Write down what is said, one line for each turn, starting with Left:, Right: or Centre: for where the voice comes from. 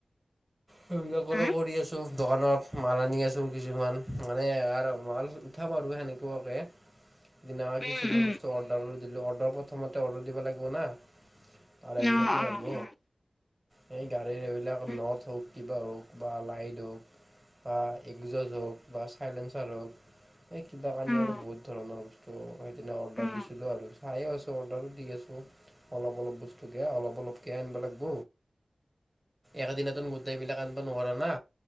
Right: সেইবিলাকৰো
Left: হা
Right: কৰি আছোঁ। দোকানত মাল আনি কিছুমান মানে আৰু মাল উঠাম আৰু সেনেকুৱাকে। সেইদিনা কিছুমান
Left: উম
Right: বস্তু অৰ্ডাৰো দিলোঁ অৰ্ডাৰ প্ৰথমতে অৰ্ডাৰ দিব লাগিব ন। আৰু তাৰে
Left: উম
Right: পিছতে
Left: অ', অ',
Right: হ'ব। সেই গাড়ীৰ এইবিলাক
Left: অ',
Right: নট হওক, কিবা হওক বা লাইট হওক। বা এগজছ হওক, বা চাইলেঞ্চাৰ হওক। এই কিবা কানি
Left: অ',
Right: আৰু বহুত ধৰণৰ বস্তু সেইদিনা অৰ্ডাৰ
Left: অ', উম
Right: দিছিলো আৰু। চাইও আছো অৰ্ডাৰো দি আছো। অলপ-অলপ বস্তুকে অলপ অলপ কে আনিব লাগিব। একেদিনতোন গোটেইবিলাক আনিব নোৱাৰা না।